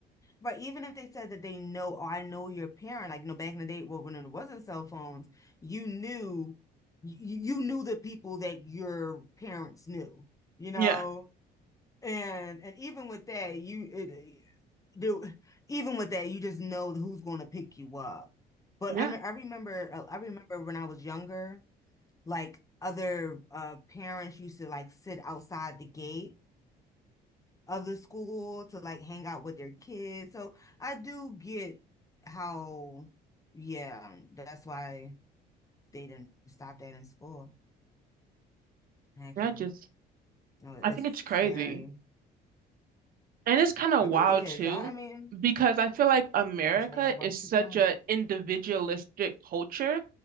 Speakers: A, on the left (about 20°); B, on the right (about 55°).
A: But even if they said that they know, oh, I know your parent, like, you know, back in the day, well, when it wasn't cell phones, you knew, you, you knew the people that your parents knew, you know?
B: Yeah.
A: And, and even with that, you, it, do, even with that, you just know who's going to pick you up. But
B: Yeah.
A: I mean, I remember, uh, I remember when I was younger, like other uh, parents used to like sit outside the gate of the school to like hang out with their kids. So I do get how, yeah, that's why they didn't stop that in school, actually.
B: Yeah. Just,
A: No, it's
B: I think it's crazy.
A: scary.
B: And it's kind of
A: It
B: wild
A: really is.
B: too,
A: I, I mean,
B: because I feel like America
A: that's why you gotta watch
B: is such
A: true crime.
B: a individualistic culture